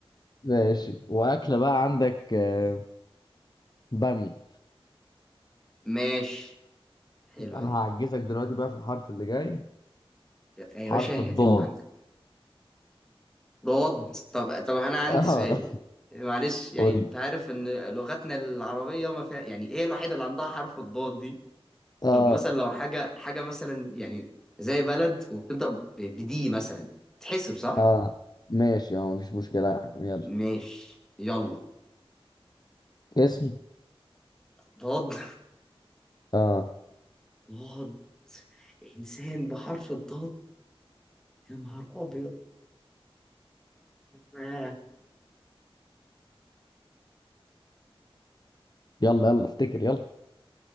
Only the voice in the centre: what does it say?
ماشي حلوه
دي
يا
باشا
هات اللي عندك رد طب طب انا عندي
سؤال معلش يعني
انت عارف ان لغتنا العربيه ما فيها يعني ايه الوحيده اللي عندها حرف الضاد دي
طب مثلا لو حاجة حاجة مثلا يعني زي بلد وبتبدأ ب- بدي مثلا تحسب صح؟
ماشي يلا
ضاد
ضاد إنسان بحرف الضاد يا نهار أبيض أنا